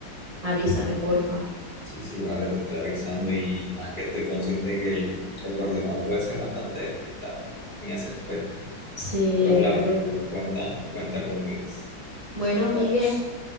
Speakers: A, on the right; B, on the left.
A: Avísame, porfa.
B: sí, sí, vale, te estoy avisando y más que estoy consciente que el, el coordinador puede ser bastante despistado en ese aspecto,
A: Sí,
B: pero
A: es
B: claro,
A: horrible.
B: cuenta, cuenta con mis
A: Bueno, Migue,
B: datos.